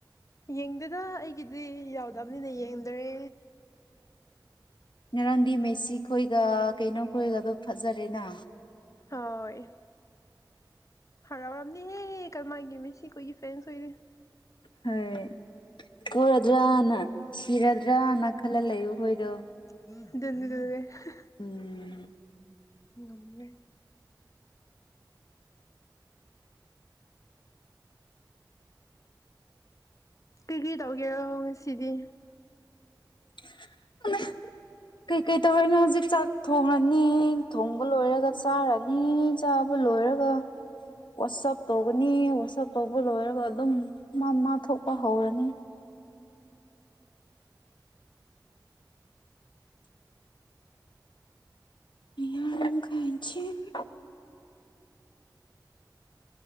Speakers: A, on the left; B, on the left.
A: ꯌꯦꯡꯗꯦꯗ ꯑꯩꯒꯤꯗꯤ ꯌꯥꯎꯗꯝꯅꯤꯅ ꯌꯦꯡꯗꯔꯦ
B: ꯉꯔꯥꯡꯗꯤ ꯃꯦꯁꯤ ꯈꯣꯏꯒ ꯀꯩꯅꯣ ꯈꯣꯏꯒꯗꯣ ꯐꯖꯔꯦꯅꯥ
A: ꯍꯣꯏ ꯍꯔꯥꯎꯔꯝꯅꯤꯍꯦ ꯀꯔꯃꯥꯏꯒꯤ ꯃꯦꯁꯤ ꯈꯣꯏꯒꯤ ꯐꯦꯟꯁ ꯈꯣꯏꯗꯤ
B: ꯍꯣꯏ ꯄꯣꯔꯗ꯭ꯔꯅ ꯁꯤꯔꯗ꯭ꯔꯅ ꯈꯜꯂ ꯂꯩꯔꯨꯈꯣꯏꯗꯣ
A: <unintelligible>
B: ꯎꯝ
A: ꯉꯝꯒ꯭ꯔꯦ ꯀ꯭ꯔꯤ ꯀ꯭ꯔꯤ ꯇꯧꯒꯦꯔꯣ ꯉꯁꯤꯗꯤ
B: <inaudible> ꯀꯩꯀꯩ ꯇꯧꯔꯤꯅꯣ ꯍꯧꯖꯤꯛ ꯆꯥꯛ ꯊꯣꯡꯉꯅꯤ ꯊꯣꯡꯕ ꯂꯣꯏꯔꯒ ꯆꯥꯔꯅꯤ ꯆꯥꯕ ꯂꯣꯏꯔꯒ ꯋꯥꯆꯞ ꯇꯧꯒꯅꯤ ꯋꯥꯆꯞ ꯇꯧꯕ ꯂꯣꯏꯔꯒ ꯑꯗꯨꯝ ꯃꯥ ꯃꯥ ꯊꯣꯛꯄ ꯍꯧꯔꯅꯤ <unintelligible>